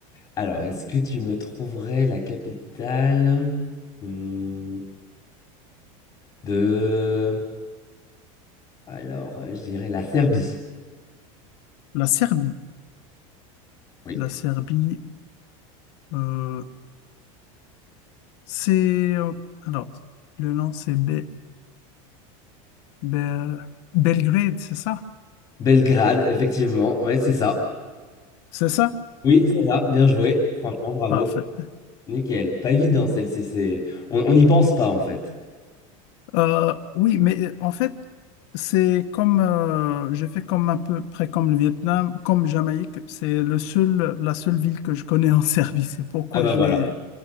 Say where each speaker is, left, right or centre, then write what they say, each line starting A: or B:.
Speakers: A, on the left; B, on the left.
A: Alors, est-ce que tu me trouverais la capitale hmm, de... Alors, euh, je dirais la Serbie.
B: La Serbie,
A: Oui.
B: la Serbie, euh, c'est... euh, Alors, le nom, c'est Be- Be- Belgrade, c'est ça?
A: Belgrade, effectivement. Ouais, c'est ça.
B: C'est ça?
A: Oui, c'est ça. Bien joué. Franchement, bravo.
B: Parfait.
A: Nickel. Pas évident, celle-ci. C'est... On on n'y pense pas, en fait.
B: Euh, oui, mais euh, en fait, c'est comme, euh, j'ai fait comme un peu près comme le Vietnam, comme Jamaïque, c'est le seul, la seule ville que je connais en <laughs> Serbie. C'est pourquoi
A: Ah bah
B: je
A: voilà.
B: l'ai,